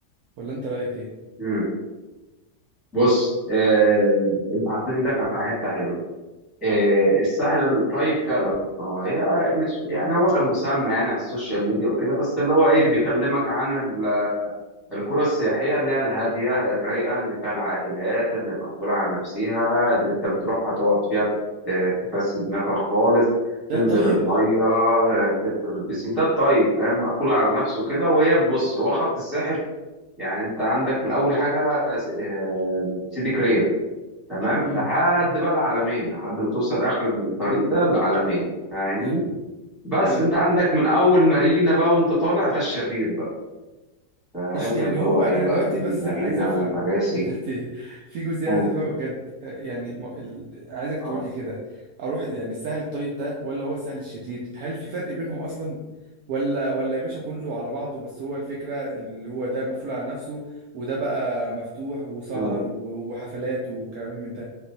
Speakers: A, on the right (about 70°); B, in the centre.
A: ولا انت رايك ايه
B: مم. بص آه، انت حطيت ايدك على حتة حلوة آه، الساحل الطيب فعلا هو هي مش يعني هو كمسمى يعني على السوشيال ميديا وكده بس اللي هو ايه
A: امم
B: بيكلمك عن القرى السياحية اللي هي الهادية الرايقة اللي فيها العائلات اللي مقفولة على نفسها اللي انت بتروحها تقعد فيها ت- تفسي دماغك خالص
A: ده
B: تنزل
A: الطيب
B: المية تنزل البسين ده الطيب فاهم مقفول على نفسه كده وهي بص هو خط الساحل يعني انت عندك من اول حاجة س- آه، سيدي كرير تمام
A: امم
B: لحد بقى العلمين لحد ما توصل اخر الطريق ده العلمين فاهمني
A: حلو
B: بس
A: حلو
B: انت عندك من اول مارينا بقى وانت طالع ده الشرير بقى فاهم
A: إيش يعني
B: اللي
A: هو
B: هو ايه
A: انا
B: بقى
A: دلوقتي
B: في
A: بس
B: مارينا
A: عايز افهم
B: مراسي
A: <laughs> دلوقتي في جزئيه
B: مم.
A: عايز افهمها بجد آه، يعني ما- ال- عايزك تقول
B: اه
A: لي كده اروح يعني السهل الطيب ده ولا هو السهل الشديد هل في فرق بينهم اصلا ولا ولا يا باشا كله على بعضه بس هو الفكره اللي هو ده مقفول على نفسه وده بقى مفتوح وسهر
B: مم.
A: و- وحفلات وكلام من ده